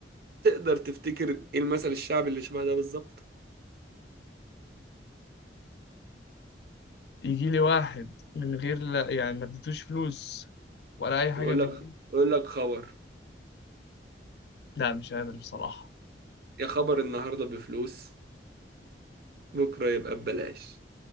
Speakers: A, on the right; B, on the left.
A: تقدر تفتكر ايه المثل الشعبي اللي شبه ده بالظبط
B: يجي لي واحد من غير لا يعني ما اديتوش فلوس ولا اي حاجه
A: يقول
B: من
A: لك
B: دي
A: يقول لك خبر
B: لا مش قادر بصراحه
A: يا خبر النهارده بفلوس بكرة يبقى ببلاش